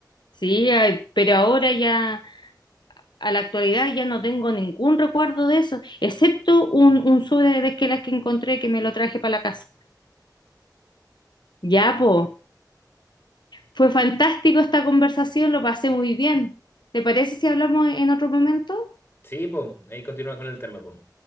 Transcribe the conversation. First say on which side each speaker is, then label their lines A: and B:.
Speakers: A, on the left; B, on the left.
A: Sí, ay, pero ahora ya, a la actualidad ya no tengo ningún recuerdo de eso, excepto un, un sobre de Desquelas que encontré que me lo traje para la casa. Ya, po, fue fantástico esta conversación, lo pasé muy bien. ¿Te parece si hablamos en otro momento?
B: Sí, pues, ahí continuamos con el tema, pues.